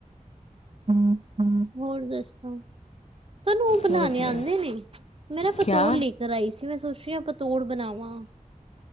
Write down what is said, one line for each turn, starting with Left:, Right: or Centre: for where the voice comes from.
Right: ਹੂੰ, ਹੂੰ, ਹੋਰ ਦੱਸੋ? ਤੁਹਾਨੂੰ ਉਹ ਬਣਾਣੇ
Left: ਬਹੁਤ ਵਧੀਆ
Right: ਆਉਂਦੇ ਨੇ, ਮੈਂ ਨਾ
Left: ਕਿਆ
Right: ਪਤੋੜ ਲਈ ਚੜਾਈ ਸੀ ਮੈਂ ਸੋਚੀ ਹਾਂ ਪਤੋੜ ਬਣਾਵਾਂ।